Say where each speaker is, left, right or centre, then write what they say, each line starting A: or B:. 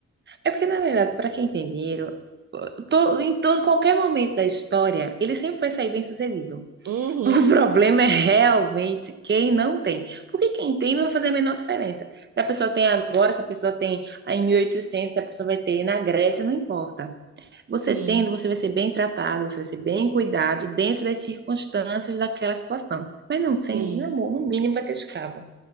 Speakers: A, on the right; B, on the right.
A: É porque, na verdade, para quem tem dinheiro, to- em to- em qualquer momento da história, ele sempre vai sair bem sucedido. <laughs>
B: Uhum.
A: O problema é realmente quem não tem. Porque quem tem não vai fazer a menor diferença. Se a pessoa tem agora, se a pessoa tem em 1800, se a pessoa vai ter na Grécia, não importa.
B: Sim,
A: Você tendo, você vai ser bem tratado, você vai ser bem cuidado dentro das circunstâncias daquela situação. Mas não
B: sim,
A: sendo, meu amor, no mínimo vai ser escravo.